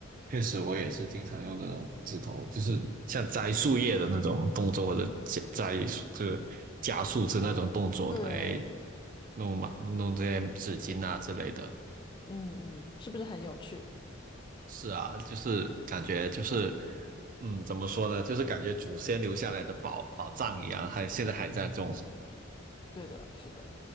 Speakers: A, on the right; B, on the left.
A: 确实我也是经常用这种指头，就是像摘树叶的那种动作，或者摘摘这个加树枝那种动作来
B: 对，
A: 弄嘛，弄这些纸巾啊之类的。
B: 嗯嗯，是不是很有趣？
A: 是啊，就是感觉就是，嗯，怎么说呢？就是感觉祖先留下来的宝宝藏一样，还现在还在种。
B: 对的，是的，